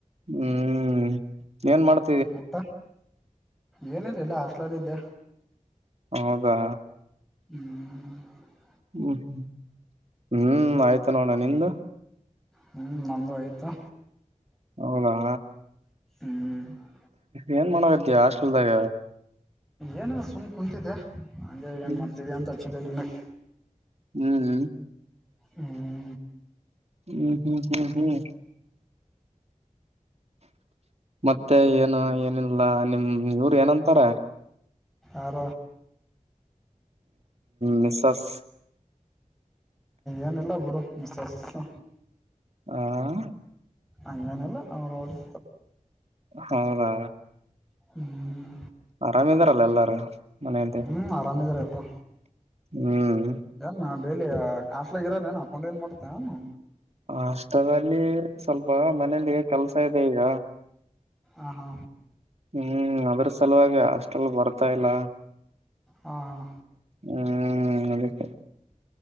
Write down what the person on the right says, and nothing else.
ಹ್ಮ್ ಏನ್ ಮಾಡ್ತ
ಹೌದಾ
ಹ್ಮ್ ಹ್ಮ್ ಆಯ್ತು ನೋಣ ನಿದ
ಹೌದಾ
ಏನ್ ಮಾಡಕತ್ತಿ ಹಾಸ್ಟೆಲ್ ತಗ
ಹ್ಮ್
ಹ್ಮ್
ಹ್ಮ್ ಹ್ಮ್ ಹ್ಮ್ ಹ್ಮ್ ಮತ್ತೆ ಏನು ಏನಿಲ್ಲ ನಿಮ್ ಇವರು ಏನಂತಾರ
ಮಿಸಸ್
ಹಾ
ಹೌದಾ
ಆರಾಮ್ ಇದಾರಲ್ಲ ಎಲ್ಲರೂ ಮನೆಯಲ್ಲಿ
ಹ್ಮ್
ಅಷ್ಟದಲ್ಲಿ ಸ್ವಲ್ಪ ಮನೇಲಿ ಕೆಲ್ಸ ಇದೆ ಈಗ
ಹ್ಮ್ ಅದ್ರ ಸಲುವಾಗಿ ಹಾಸ್ಟೆಲ್ ಬರ್ತಾ ಇಲ್ಲ
ಹ್ಮ್ ಅದಕ್ಕೆ